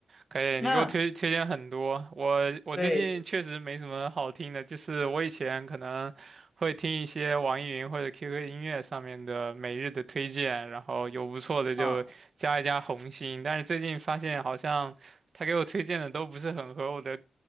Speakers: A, on the right; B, on the left.
A: 可以，
B: 那
A: 你给我推推荐很多。我我最近确实没什么好听的，
B: 对
A: 就是我以前可能会听一些网易云或者 QQ 音乐上面的每日的推荐，然后有不错的就加一加红心，
B: 啊，
A: 但是最近发现好像他给我推荐的都不是很合我的